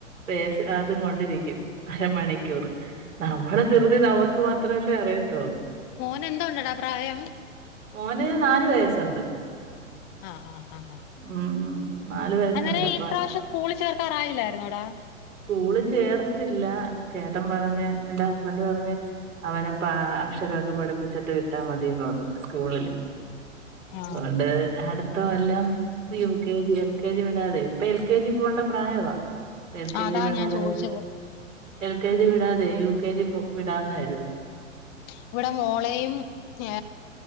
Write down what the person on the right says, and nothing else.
പേസ് അതും കൊണ്ടിരിക്കും അരമണിക്കൂറ് നമ്മള ധൃതി നമുക്ക് മാത്രമെല്ലേ അറിയത്തുള്ളൂ
മോന് നാല് വയസ്സുണ്ട്
ഉ നാലു വയസണ്ട്പ്പ
സ്ക്കൂളിൽ ചേർത്തില്ല ചേട്ടൻ പറഞ്ഞ് എന്റെ ഹസ്ബന്റ് പറഞ്ഞ് അവനെ പ അക്ഷരമൊക്കെ പഠിപ്പിച്ചിട്ട് വിട്ടാ മതിന്ന് പറഞ്ഞു സ്കൂളില്
അതുകൊണ്ട് അടു ട്ടോ എല്ലാം U K L K G വിടാതെ ഇപ്പൊ എൽ കെ ജി പോകേണ്ട പ്രായവാ എ കെ
ജി വിടാതെ
എൽ കെ ജി വിടാതെ യു കെ ജി വിടാന്ന് കരുതി